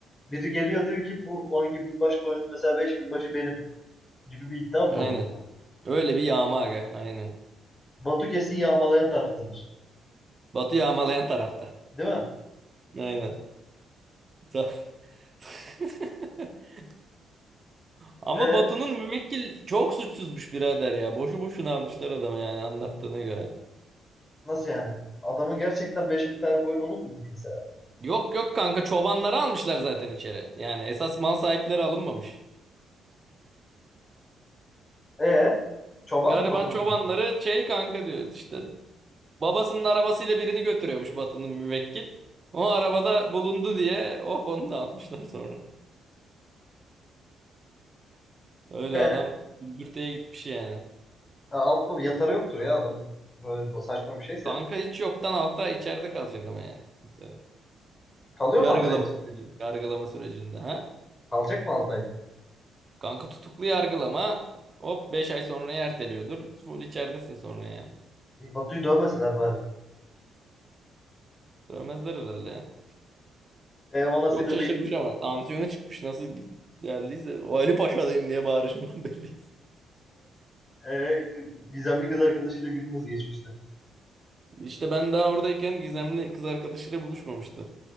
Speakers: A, on the left; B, on the right.
A: Biri geliyor diyor ki bu on iki bin baş koyunun mesela beş bin başı benim. gibi bir iddiam
B: Aynen.
A: var ortada.
B: Öyle bir yağma aga. Aynen.
A: Batu kesin yağmalayan taraftadır.
B: Batı yağmalayan tarafta.
A: Değil mi?
B: Aynen. Sa- <laughs> Ama
A: E
B: Batu'nun müvekkil çok suçsuzmuş birader ya. Boşu boşuna almışlar adamı yani anlattığına göre.
A: nasıl yani? Adamın gerçekten 5000 tane koyun olur mu mesela?
B: Yok yok kanka çobanları almışlar zaten içeri. Yani esas mal sahipleri alınmamış.
A: E çoban
B: Gariban
A: mı Batu'nun
B: çobanları
A: mu?
B: şey kanka diyor işte babasının arabasıyla birini götürüyormuş Batı'nın müvekkil. O arabada bulundu diye hop onu da atmışlar sonra. Öyle
A: E
B: adam gümbürtüye gitmiş yani.
A: alt mı? Yatarı yoktur ya adam. Böyle saçma bir şeyse.
B: Kanka hiç yoktan alta içeride kalacak ama yani. Mesela.
A: Kalıyor
B: Yargılama
A: mu Altay için?
B: süreci, yargılama sürecinde ha.
A: Kalacak mı Altay?
B: Kanka tutuklu yargılama hop 5 ay sonra erteliyordur. Full içeridesin sonra yani.
A: E, Batu'yu dövmeseler bari.
B: Dövmezler herhalde.
A: E ona
B: Çok
A: sinirli
B: şaşırmış ama tansiyonu çıkmış nasıl geldiyse. O Ali Paşa'dayım diye bağırışından <laughs> belliydi.
A: e, k- gizemli kız arkadaşıyla gün nasıl geçmişti?
B: İşte ben daha oradayken Gizemli kız arkadaşıyla buluşmamıştı.